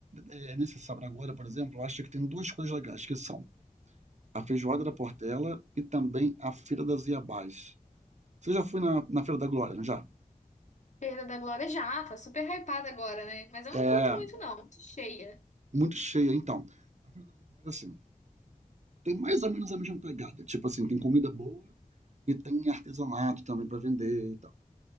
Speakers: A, on the right; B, on the left.
A: eh, nesse sábado agora, por exemplo, eu acho que tem 2 coisas legais, que são a feijoada da Portela e também a feira das Iabás. Você já foi na na Feira da Glória, não já?
B: Feira da Glória já, tá super hypada agora, né? Mas eu
A: É,
B: não curto muito, não. Muito cheia.
A: muito cheia então. Mas assim, tem mais ou menos a mesma pegada, tipo assim, tem comida boa e tem artesanato também para vender e tal.